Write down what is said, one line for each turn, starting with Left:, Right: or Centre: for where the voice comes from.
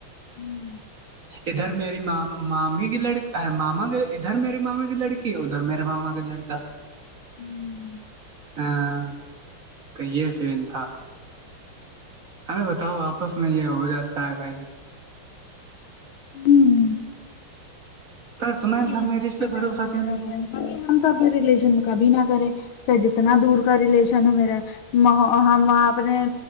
Left: ہوں
Right: ادھر میری م مامی کی لک ماما کے ادھر میری ماما کی لڑکی ہے ادھر میرے ماما کا لڑکا
Left: ہوں
Right: ہاں تو یہ فین تھا ایں بتاؤ آپس میں یہ ہو جاتا ہے بھائی
Left: ہوں
Right: پر تمہ
Left: ریلیشن
Right: سب م میں رش پہ
Left: کیسے
Right: بھروسہ
Left: ہو
Right: کیوں
Left: جاتا
Right: نہیں ہے
Left: ہم تو اپنے ریلیشن میں کبھی نہ کریں س جتنا دور کا ریلیشن ہے میرا ہم وہاں اپنے